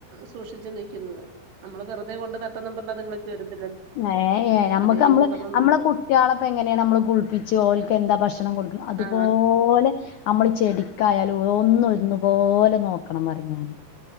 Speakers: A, on the right (about 90°); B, on the left (about 85°).
A: സൂക്ഷിച്ച് നിക്കുന്നത് നമ്മള് വെറുതെ കൊണ്ട് നട്ടന്നു പറഞ്ഞ് അത് <unintelligible>
B: ഏ എ ഞമ്മക്ക്
A: അതേന്നും
B: ഞമ്മള്
A: പറഞ്ഞ്
B: നമ്മളെ
A: നോക്കും
B: കുട്ടിയാളെ പ്പംഎങ്ങനെയാണ് നമ്മള് കുളിപ്പിച്ച് ഓല്ക്ക് എന്താ ഭക്ഷണം കൊടുക്ക്ണഅതുപോലെ
A: ആ
B: നമ്മള് ചെടിക്കായാലും ഒന്നൊ ര്ന്ന് പോലെ നോക്കണം പ റിം ഞാന്